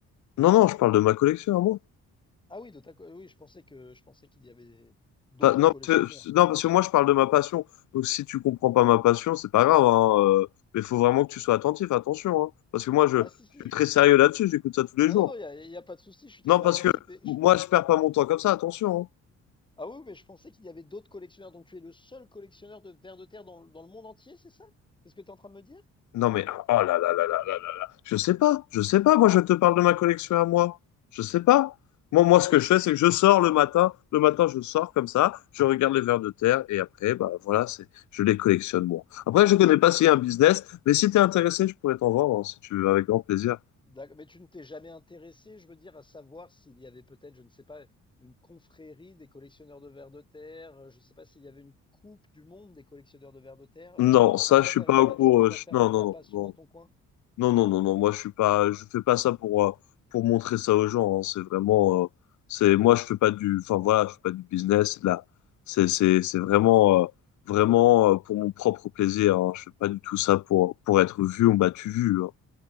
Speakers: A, on the left (about 70°); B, on the left (about 15°).
A: Non, non, je parle de ma collection à moi.
B: Ah oui, de ta, co- euh, oui, je pensais que je pensais qu'il y avait d'autres
A: Pas- non,
B: collectionneurs.
A: parce que, non, parce que moi, je parle de ma passion. Donc, si tu comprends pas ma passion, c'est pas grave, hein, euh, mais il faut vraiment que tu sois attentif, attention, hein, parce que moi, je,
B: Ah si si.
A: je suis très sérieux là-dessus, j'écoute ça tous les
B: Ah
A: jours.
B: non non, il y a, il y a pas de souci. Je suis très
A: Non, parce
B: attentif.
A: que
B: Mais
A: moi,
B: je-
A: je perds pas mon temps comme ça, attention, hein.
B: Ah oui, mais je pensais qu'il y avait d'autres collectionneurs. Donc tu es le seul collectionneur de vers de terre dans, dans le monde entier, c'est ça? C'est ce que tu es en train de me dire?
A: Non mais oh là là là là là là là. Je sais pas, je sais pas. Moi, je te parle de ma collection à moi. Je sais pas. Moi, moi, ce
B: Et
A: que je
B: ça-
A: fais, c'est que je sors le matin. Le matin, je sors comme ça. Je regarde les vers de terre et après, bah voilà, c'est, je les collectionne moi. Après, je connais pas s'il y a un business, mais si tu es intéressé, je pourrais t'en vendre hein, si tu veux, avec grand plaisir.
B: D'accord. Mais tu ne t'es jamais intéressé, je veux dire, à savoir s'il y avait peut-être, je ne sais pas, une confrérie des collectionneurs de vers de terre, euh, je ne sais pas s'il y avait une coupe du monde des collectionneurs de vers de terre. euh,
A: Non, ça,
B: Ça ne t'intéresse
A: je suis pas au
B: pas,
A: courant.
B: tu préfères
A: euh, je-
B: faire
A: Non, non,
B: ta
A: non,
B: passion
A: non.
B: dans ton coin?
A: Non, non, non, non, moi je suis pas, je fais pas ça pour, euh, pour montrer ça aux gens. hein. C'est vraiment, euh, c'est, moi je fais pas du, enfin voilà, je fais pas du business. Là, c'est, c'est, c'est vraiment, euh, vraiment euh, pour mon propre plaisir. Hein. Je fais pas du tout ça pour, pour être vu ou battu vu. hein.